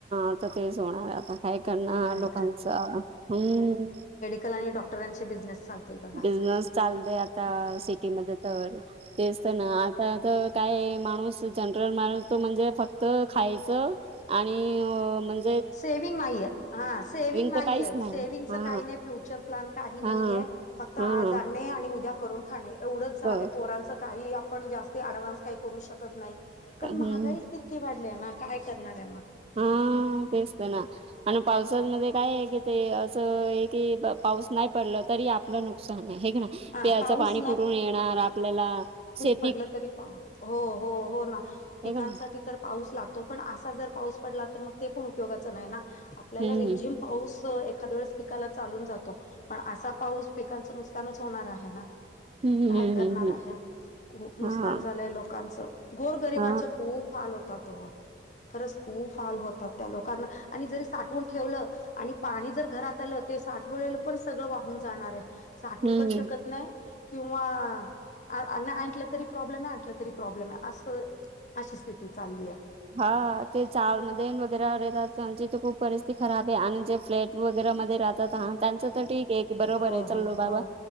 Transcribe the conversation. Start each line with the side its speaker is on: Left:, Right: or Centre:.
Right: आता तेच होणार... आता काय करणार...
Left: काय
Right: लोकांचं... हम्म
Left: कलानी आणि डॉक्टरांचे बिझनेस चालतील बघा आता
Right: बिझनेस चालत आता सिटीमध्ये तर तेच तर ना आ. तर काय माणूस जनरल माणूस तो म्हणजे फक्त खायच. आणि अ म्ह
Left: सेव्हंग नाही हा सेव्हंग नाही
Right: तर काहीच
Left: सेव्हंगच
Right: हा
Left: काही नाही फ्युचर प्लॅन काही
Right: हा
Left: नाहीे. फक्त आज
Right: हा
Left: आणणे आणि उद्या करून खाणे एवढंच झालंय
Right: तर
Left: पोरांचं काही आपण जास्त. अडव्हान्स काही करू शकत नाही कारण
Right: हम्म
Left: महागाईच तितकी वाढली ना काय करणार आहे मग.
Right: हा तेसत ना. आणि पावसामध्ये काय आहे कि ते असं हे कि पाऊस नाही पडल. तरी आपलं नुकसान आहे हे क नाय
Left: हा
Right: प्यायाच
Left: पाऊस
Right: पाणी कुठून येणार आपल्याला शे
Left: पडलतरी पा हो हो होना पिकांसाठी
Right: हे का ना
Left: पण. पाऊस लागतो पण आसा जर पाऊस पडला तर मग ते पण उपयोगाच नाही ना. आपल्याला
Right: हम्म
Left: रिमझिम पाऊस एखा्दया वेळेस पिकाला चालून जातो पण असा पाऊस पिकांच नस नुकसान होणार आहे ना
Right: हम्म
Left: काय
Right: हम्म
Left: करणार
Right: हम्म
Left: आहे.
Right: हम्म
Left: खूप नुकसान
Right: हा
Left: झालंय लोकांचं गोर गरिबांचे
Right: हा
Left: खूप हाल होतात हो. खरंच खूप हाल होतात त्या लोकांना आणि जरी साठवून ठेवलं. आणि पाणी जर घरात आलं ते साठवलेलं पण सगळं वाहून जाणार आहे. साठवू
Right: हम्म
Left: पण शकत नाही किंवा अ्ना आणलं. तरी प्रॉब्लेम आहेलं तरी प्रॉब्लेम आहे अस अशी स्थिती चालली आहे.
Right: हा ते चाल म वगैरे येतातची तर खूप परिस्थिती खराब आहे आणि जे फ्लॅट. वगैरे म राहतात हा त्यांच तर ठीक आहे बरोबर
Left: हो
Right: आहे चलो
Left: हो
Right: बाबा.
Left: हो